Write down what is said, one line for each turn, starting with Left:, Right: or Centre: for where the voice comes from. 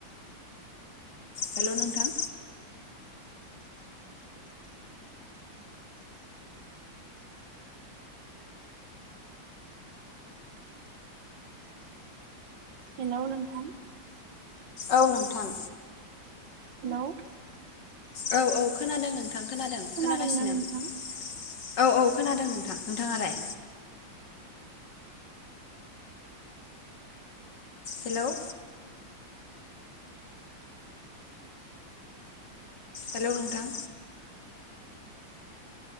Left: हेल' नोंथां
Right: हेल' नोंथां
Left: औ नोंथां
Right: हेलै
Left: औ औ खोनादों नोंथां खोनादों
Right: खोनादोंना
Left: खोनागासिनो
Right: नोंथां
Left: आं औ औ खोनादों नोंथां नोंथाङालाय हेल हेल नोंथां